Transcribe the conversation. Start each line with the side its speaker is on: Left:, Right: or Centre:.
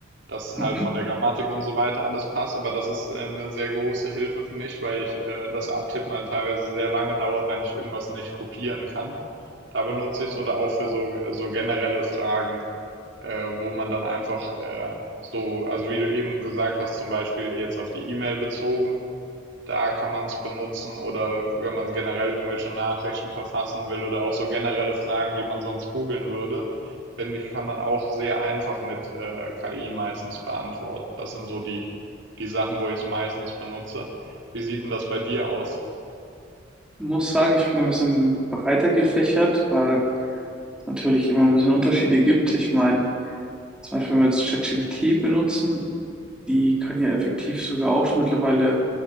Right: dass halt
Centre: Mhm.
Right: von der Grammatik und so weiter alles passt, aber das ist äh, eine sehr große Hilfe für mich, weil ich äh, das Abtippen halt teilweise sehr lange dauert, wenn ich irgendwas nicht kopieren kann. Da benutze ich es oder auch für so, so generelle Fragen, äh, wo man dann einfach äh, so, also wie du eben gesagt hast, zum Beispiel jetzt auf die E-Mail bezogen, da kann man es benutzen oder wenn man generell irgendwelche Nachrichten verfassen will oder auch so generelle Fragen, die man sonst googeln würde, finde ich, kann man auch sehr einfach mit, äh, KI meistens beantworten. Das sind so die die Sachen, wo ich es meistens benutze. Wie sieht denn das bei dir aus?
Centre: Muss sagen, ich bin ein bisschen breiter gefächert, weil es natürlich immer ein bisschen Unterschiede gibt. Ich meine, Zum Beispiel, wenn wir jetzt ChatGPT benutzen, die kann ja effektiv sogar auch schon mittlerweile